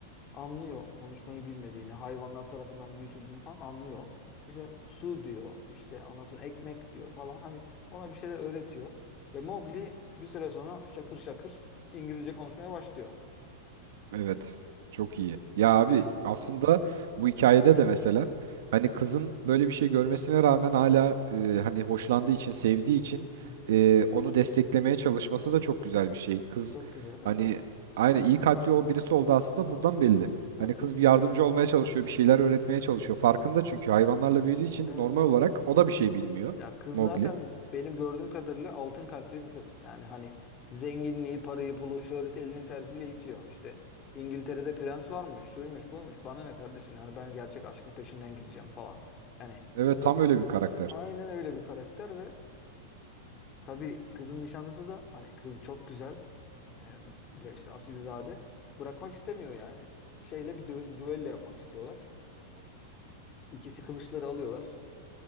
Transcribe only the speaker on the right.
Evet. Çok iyi. Ya abi
aslında bu hikayede de mesela hani kızın böyle bir şey görmesine rağmen hala e, hani hoşlandığı için, sevdiği için
e, onu desteklemeye çalışması da çok güzel bir şey. Kız
hani aynı iyi kalpli o birisi oldu aslında buradan belli.
Hani
kız bir yardımcı olmaya çalışıyor, bir şeyler öğretmeye çalışıyor. Farkında çünkü hayvanlarla büyüdüğü için
normal
olarak o da bir şey bilmiyor.
Mowgli.
Evet tam
öyle bir karakter.